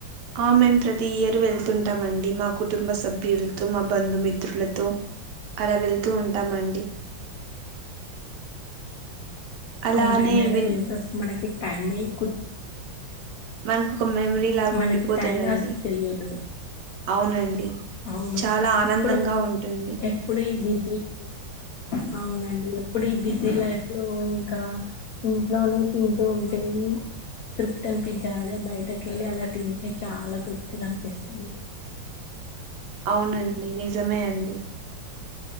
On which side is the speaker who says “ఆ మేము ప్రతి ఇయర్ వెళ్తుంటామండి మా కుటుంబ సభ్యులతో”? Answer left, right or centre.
Right